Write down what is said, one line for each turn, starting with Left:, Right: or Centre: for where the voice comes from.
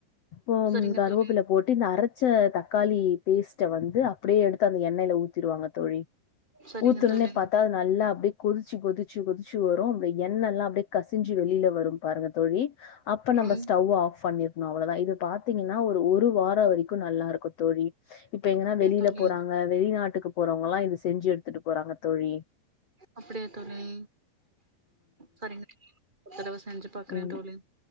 Left: உ
Right: சரிங்க
Left: கருவேப்பில்ல
Right: தோழி
Left: போட்டு இந்த அர ச்ச தக்காளி பேஸ்ட் ட வந்து அப்டியேயெடுத்து அந்த எண்ணையில ஊத்திருவாங்க தோழி
Right: சரிங்க
Left: ஊத்துன்னே
Right: தோழி
Left: பாத்தா நல்லா அப்டி கொதிச்சு கொதி திச்சு கொதிச்சு வரும் அந்த எண்ணல்லா அப்டியே கசிஞ்சு வெளியில வரும் பாருங்க தோழி அப்ப நம்ப
Right: ம்
Left: ஸ்டவ் ஆஃப் பண்ணி அவ்வளதா இது பாத்தீங்கன்னா ஒரு வாரோம் வரிக்கும் நல்லாயிருக்கும் தோழி இப்ப எங்கன்னா
Right: அப்படியா
Left: வெளியில
Right: தோழி
Left: போறாங்க வெளிநாட்டுக்கு போறவங்கல்லா இது செஞ்சு எடுத்துட்டு போறாங்க தோழி
Right: அப்டியா தோழி சரிங்க தோழி செஞ்சு பாக்குறேன்
Left: உம்
Right: தோழி